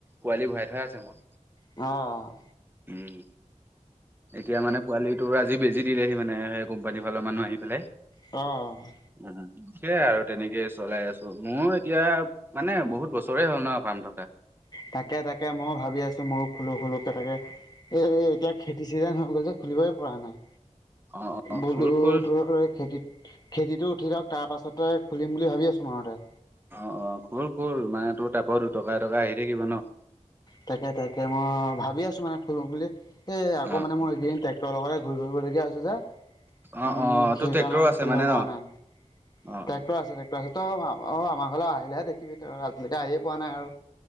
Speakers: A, on the right; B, on the left.
A: পোৱালি ভৰাই থোৱা আছে মোৰ।
B: অ'।
A: উম। এতিয়া মানে পোৱালি তোৰ আজি বেজি দিলেহি মানে কোম্পানীৰ ফালৰ মানুহ আহি পেলাই।
B: অ'।
A: হা হা সেয়া আৰু। তেনেকেই চলাই আছোঁ মোৰো এতিয়া, মানে বহুত বছৰেই হ'ল ন' ফাৰ্ম থকা।
B: তাকে তাকে ময়ো ভাবি আছোঁ ময়ো খুলো খুলো কে তাকে এ এতিয়া, খেতি চিজন হৈ গ'ল যে, খুলিবই পৰা নাই।
A: অ', অ'।
B: বোলো
A: খোল খোল
B: তোৰ এই খেতিত খেতিটো উঠি লওঁক তাৰপাছতেই খুলিম বুলি ভাবি আছোঁ মনতে।
A: অ', অ', খোল খোল মানে তোৰ তাৰপৰাও দুটকা এটকা আহি থাকিব ন'?
B: তাকে তাকে মই ভাবি আছোঁ মানে খুলো বুলি, এই আকৌ
A: অ',
B: মানে
A: অ'।
B: মোৰ এই কেই দিন ট্টেক্টৰৰ লগতে ঘূৰি ফুৰিবলগীয়া হৈছে যে,
A: অ',
B: উম,
A: অ', তোৰ
B: সেইকাৰণে
A: ট্ৰেক্টৰো
B: মানে
A: আছে
B: খুলিব পৰা
A: ন?
B: নাই।
A: অ',
B: ট্ৰেক্টৰ
A: অ'।
B: আছে ট্টেক্টৰ আছে তই অ', আমাৰ ঘৰলৈ আহিলেহে দেখিবি তই আজিলৈকে আহিয়ে পোৱা নাই আৰু।